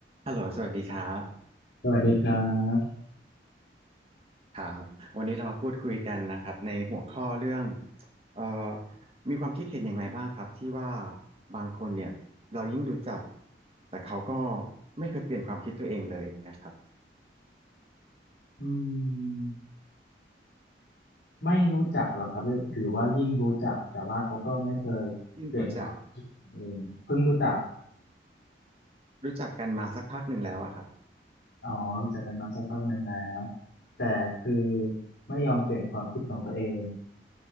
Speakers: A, on the right; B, on the left.
A: ฮัลโหลสวัสดีครับ
B: สวัสดีครับ
A: ครับวันนี้เรามาพูดคุยกันนะครับในหัวข้อเรื่องเอ่อมีความคิดเห็นอย่างไรบ้างครับที่ว่าบางคนเนี่ยเรายิ่งรู้จักแต่เขาก็ไม่เคยเปลี่ยนความคิดตัวเองเลยอย่างเงี้ยครับ
B: อืมไม่รู้จักหรอกครับหรือว่ายิ่งรู้จักแต่ว่าเขาก็ไม่เคยเปลี่ยนความเิดเองเพิ่งรู้จัก
A: ยิ่งรู้จักรู้จักกันมาสักพักหนึ่งแล้วอะครับ
B: อ๋อรู้จักกันมาสักพักหนึ่งแล้วแต่คือไม่ยอมเปลี่ยนความคิดของตัวเอง